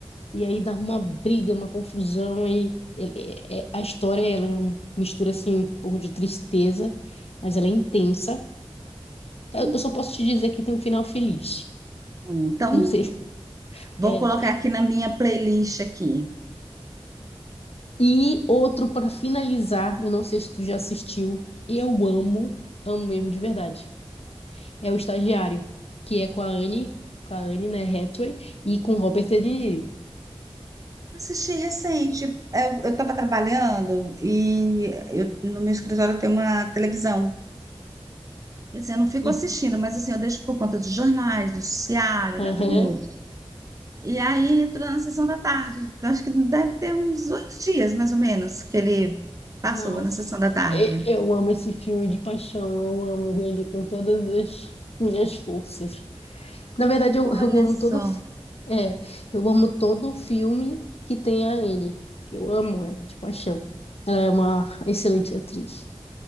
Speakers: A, on the left; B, on the right.
A: e aí dá uma briga, uma confusão. E ele- é- é- a história ela é um- mistura assim, um pouco de tristeza, mas ela é intensa. Eu,
B: Hum.
A: eu só posso te dizer que tem um final feliz.
B: hum, Então,
A: Não sei. <laughs>
B: vou
A: É,
B: colocar aqui na minha playlist aqui.
A: E outro para finalizar, eu não sei se tu já assistiu, eu amo, amo mesmo de verdade. É o Estagiário, que é com a Anne, com a Anne, né, Hathaway, e com Robert De Niro.
B: Assisti recente. Eu estava trabalhando e eu- no meu escritório tem uma televisão. Assim, eu não fico
A: E,
B: assistindo, mas assim, eu deixo por conta de jornais, do noticiário,
A: aham,
B: né? Como... E aí entro na sessão da tarde. Eu acho que deve ter uns oito dias, mais ou menos, que ele passou
A: nossa,
B: na sessão da tarde.
A: e- eu amo esse filme de paixão, eu amo ele com todas as minhas forças. Na verdade, eu,
B: Olha
A: eu amo
B: só,
A: todo, fi- é, eu amo todo filme que tem a Anne, que eu amo ela de paixão. Ela é uma excelente atriz.